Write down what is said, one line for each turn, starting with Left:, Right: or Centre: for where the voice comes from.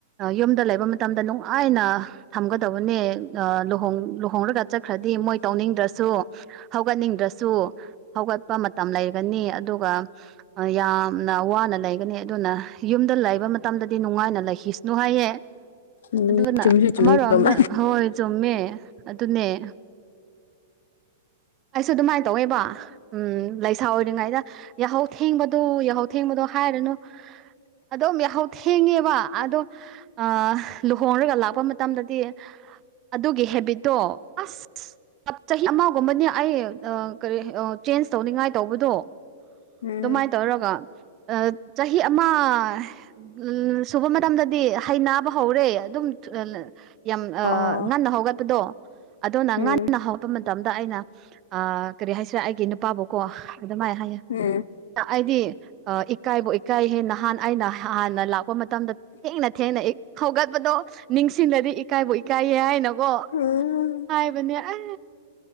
Right: ꯌꯨꯝꯗ ꯂꯩꯕ ꯃꯇꯝꯗ ꯅꯨꯡꯉꯥꯏꯅ ꯊꯝꯒꯗꯕꯅꯦ ꯑ ꯂꯨꯍꯣꯡ ꯂꯨ ꯍꯣꯡꯔꯒ ꯆꯠꯈ꯭ꯔꯗꯤ ꯃꯣꯏ ꯇꯧꯅꯤꯡꯗ꯭ꯔꯁꯨ ꯍꯧꯒꯠꯅꯤꯡꯗ꯭ꯔꯁꯨ ꯍꯧꯒꯠꯄ ꯃꯇꯝ ꯂꯩ ꯒꯅꯤ ꯑꯗꯨꯒ ꯌꯥꯝꯅ ꯋꯥꯅ ꯂꯩꯒꯅꯤ ꯑꯗꯨꯅ ꯌꯨꯝꯗ ꯂꯩꯕ ꯃꯇꯝꯗꯗꯤ ꯅꯨꯡꯉꯥꯏꯅ ꯂꯩꯈꯤꯁꯅꯨ ꯍꯥꯏꯌꯦ
Left: ꯎꯝ
Right: ꯑꯗꯨꯅ
Left: ꯆꯨꯝꯁꯨ ꯆꯨꯝꯃꯤ
Right: ꯑꯃꯔꯣꯝꯗ
Left: ꯎꯝ
Right: ꯍꯣꯏ ꯆꯨꯝꯃꯦ ꯑꯗꯨꯅꯦ ꯑꯩꯁꯨ ꯑꯗꯨꯃꯥꯏꯅ ꯇꯧꯋꯦꯕ ꯎꯝ ꯂꯩ ꯁꯥ ꯑꯣꯏꯔꯤꯉꯩꯗ ꯌꯥꯍꯧ ꯊꯦꯡꯕꯗꯣ ꯌꯥꯍꯧ ꯊꯦꯡꯕꯗꯣ ꯍꯥꯏꯔꯅꯨ ꯑꯗꯣꯝ ꯌꯥꯍꯧ ꯊꯦꯡꯉꯦꯕ ꯑꯗꯣ ꯑ ꯂꯨꯍꯣꯡꯔꯒ ꯂꯥꯛꯄ ꯃꯇꯝꯗꯗꯤ ꯑꯗꯨꯒꯤ ꯍꯦꯕꯤꯠꯇꯣ ꯑꯁ ꯑ ꯆꯍꯤ ꯑꯃꯒꯨꯝꯕꯅꯦ ꯑꯩ ꯀꯔꯤ ꯆꯦꯟꯖ ꯇꯧꯅꯤꯡꯉꯥꯏ ꯇꯧꯕꯗꯣ
Left: ꯎꯝ
Right: ꯑꯗꯨꯃꯥꯏꯅ ꯇꯧꯔꯒ ꯑꯥ ꯆꯍꯤ ꯑꯃ ꯎꯝ ꯁꯨꯕ ꯃꯇꯝꯗꯗꯤ ꯍꯩ ꯅꯥꯕ ꯍꯧꯔꯦ ꯑꯗꯨꯝ ꯌꯥꯝ ꯑ
Left: ꯑꯣ
Right: ꯉꯟꯅ ꯍꯧꯒꯠꯄꯗꯣ ꯑꯗꯨꯅ
Left: ꯎꯝ
Right: ꯉꯟꯅ ꯍꯧꯒꯠꯄ ꯃꯇꯝ ꯃꯇꯝꯗ ꯑꯩꯅ ꯑ ꯀꯔꯤ ꯍꯥꯏꯁꯤꯔ ꯑꯩꯒꯤ ꯅꯨꯄꯥꯕꯨ ꯀꯣ ꯑꯗꯨꯃꯥꯏ ꯍꯥꯏꯌꯦ
Left: ꯎꯝ
Right: ꯑꯩꯗꯤ ꯏꯀꯥꯏꯕꯨ ꯏꯀꯥꯏꯍꯦ ꯅꯍꯥꯟ ꯑꯩꯅ ꯍꯥꯟꯅ ꯂꯥꯛꯄ ꯃꯇꯝꯗ ꯊꯦꯡꯅ ꯊꯦꯡꯅ ꯍꯧꯒꯠꯄꯗꯣ ꯅꯤꯡꯁꯤꯡꯂꯗꯤ ꯏꯀꯥꯏꯕꯨ ꯏꯀꯥꯏꯌꯦ ꯍꯥꯏꯅꯀꯣ
Left: ꯎꯝ
Right: ꯍꯥꯏꯕꯅꯦ ꯑ